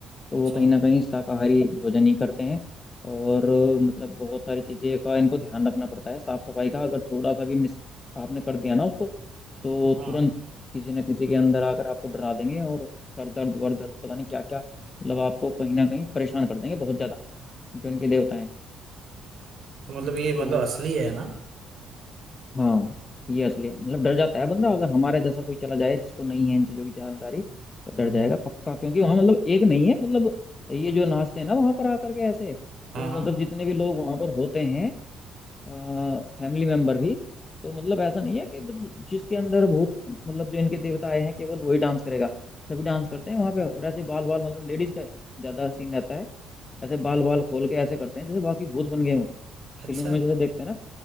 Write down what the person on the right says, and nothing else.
अच्छा
हाँ
तो मतलब ये मतलब
असली है ना
हम्म
हाँ हाँ
अच्छा